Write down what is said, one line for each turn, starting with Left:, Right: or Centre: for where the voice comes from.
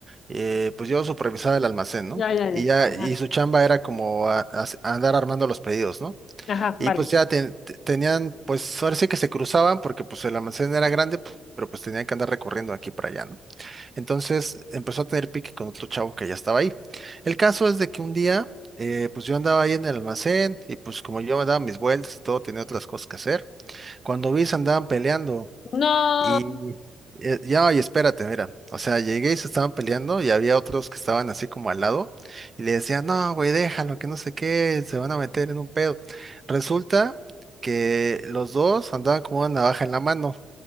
Right: eh, pues yo supervisaba el almacén, ¿no?
Left: Ya, ya, ya.
Right: Y ya,
Left: Ajá,
Right: y su chamba era como a- a- andar armando los pedidos, ¿no?
Left: ajá,
Right: Y
Left: vale.
Right: pues ya ten- te- tenían, pues ahora sí que se cruzaban porque pues el almacén era grande, p- pero pues tenían que andar recorriendo aquí para allá, ¿no? Entonces empezó a tener pique con otro chavo que ya estaba ahí. El caso es de que un día, eh, pues yo andaba ahí en el almacén y pues como yo me daba mis vueltas y todo, tenía otras cosas que hacer. Cuando vi, se andaban peleando.
Left: No.
Right: Y eh, ya, y espérate, mira, o sea, llegué y se estaban peleando y había otros que estaban así como al lado y le decían, no, güey, déjalo, que no sé qué, se van a meter en un pedo. Resulta que los dos andaban como una navaja en la mano,